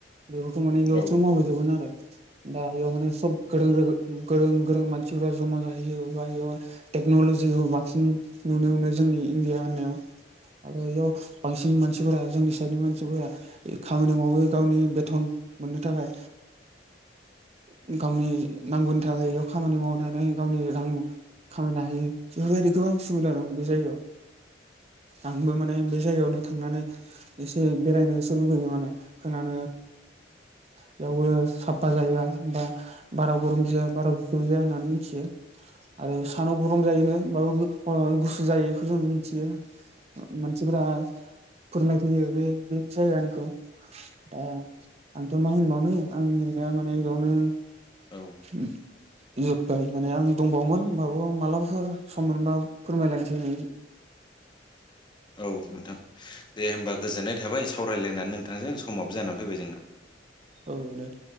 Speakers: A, on the right; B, on the left.
A: बेखौथ' माने बेयावसो
B: औ
A: मावहैजोबमोन आरो दा बेयाव माने सब <unintelligible> गोरों गोरों मानसिफ्रा जमा जाहै <unintelligible> टेक्नलजिखौ बांसिन नुनो मोनो जोंनि इण्डिया होननायाव आरो बेयाव बांसिन मानसिफोरा जोंनि साइडनि मानसिफोरा खामानि मावो गावनि बेथन मोननो थाखाय <unintelligible> गावनि नांगौनि थाखाय बेयाव खामानि मावनानै गावनि रां खामायनो हायो बेफोरबायदि गोबां सुबिदा दं बे जायगायाव आंबो माने बे दैयावनो थांनानै एसे बेरायनोसो लुुबैयो माने खोनानो बेयावबो साफा जाया बा बारा गरम जाया बारा गुसु जाया होननानै मिथियो आरो सानाव गरम जायोनो होमबाबो खर' गुसु जायो बेखौ जों मिथियो मानसिफोरा फोरमायफैयो बे बे जायगानिखौ दा आंथ' मा होनबावनो आंनि होननाया माने बेयावनो उम
B: औ
A: जोब्बाय माने आं दंबावोमोन माबा मालाबाफोर सम मोनबा फोरमायलायनोसै।
B: औ नोंथां दे होमबा गोजोननाय थाबाय सावरायलायनानै नोंथांजों समाबो जानानै फैबाय जोंना।
A: औ <unintelligible>